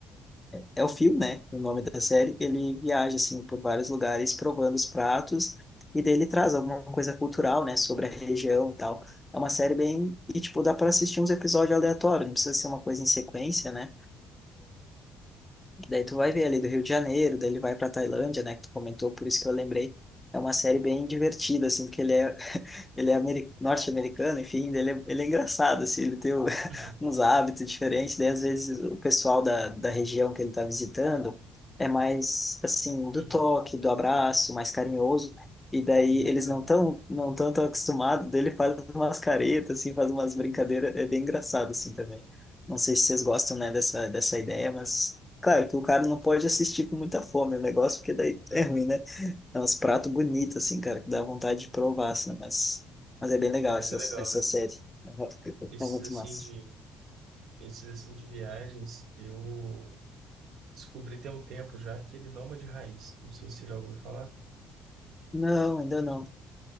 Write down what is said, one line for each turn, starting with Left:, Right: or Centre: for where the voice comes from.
Left: é o Phil, né? O nome da série. Ele viaja, assim, por vários lugares provando os pratos e daí ele traz alguma coisa cultural, né? Sobre a região e tal. É uma série bem... E, tipo, dá para assistir uns episódios aleatórios. Não precisa ser uma coisa em sequência, né? Daí tu vai ver ali do Rio de Janeiro, daí ele vai para Tailândia, né? Que tu comentou, por isso que eu lembrei. É uma série bem divertida, assim, porque ele é, ele é ameri- norte-americano, enfim, ele é, ele é engraçado, assim, ele tem o- <laughs>
Right: uhum,
Left: uns hábitos diferentes, daí às vezes o pessoal da, da região que ele está visitando é mais, assim,
Right: uhum.
Left: do toque, do abraço, mais carinhoso, e daí
Right: E ele
Left: eles
Right: não,
Left: não tão,
Right: né?
Left: não tão, tão acostumados, daí ele <laughs> faz umas caretas, assim, faz umas brincadeiras, é bem engraçado, assim, também. Não sei se vocês gostam, né, dessa, dessa ideia, mas... Claro que o cara não pode assistir com muita fome o negócio, porque daí é
Right: Uhum.
Left: ruim, né? É uns pratos bonitos, assim, cara, que dá vontade de provar, assim, mas, mas é bem legal
Right: Oh, mas
Left: essa,
Right: é legal,
Left: essa
Right: né?
Left: série. Aham,
Right: Esses
Left: É muito
Right: assim
Left: massa.
Right: de, esses assim de viagens, eu descobri tem um tempo já que ele não é de raiz. Não sei se você já ouviu falar.
Left: Não, ainda não.